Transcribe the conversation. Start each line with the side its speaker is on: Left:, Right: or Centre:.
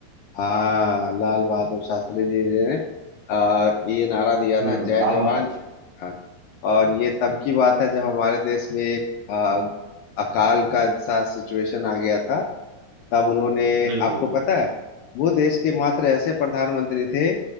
Left: हाँ लाल बहादुर शास्त्री जी ने आ, ये नारा दिया
Right: हम्म
Left: था जय
Right: लाल
Left: जवान
Right: बहादुर
Left: जय किसान और ये तब की बात है जब हमारे देश में एक आ, अकाल का सा सिचुएशन आ गया था तब उन्होंने
Right: बिल्कुल
Left: आपको
Right: बिल्कुल
Left: पता है वो देश के मात्र ऐसे प्रधानमंत्री थे